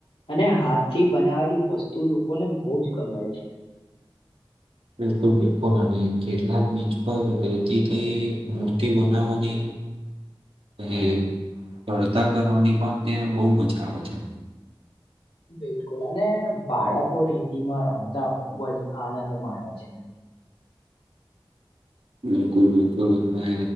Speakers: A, on the left; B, on the right.
A: અને હાથ થી બનાવેલી વસ્તુ લોકોને બોજ ગમે છે.
B: બિલકુલ બિલકુલ અને કેટલાક બીચ પર રેતીથી મૂર્તિ બનાવવાની.
A: હ <unintelligible>
B: એ ચડતા કરવાની પણ ત્યાં બોવ મજા આવે છે.
A: બિલકુલ અને બાળકો રેતીમાં રમતા ખુબજ આનંદ માને છે.
B: બિલકુલ બિલકુલ અને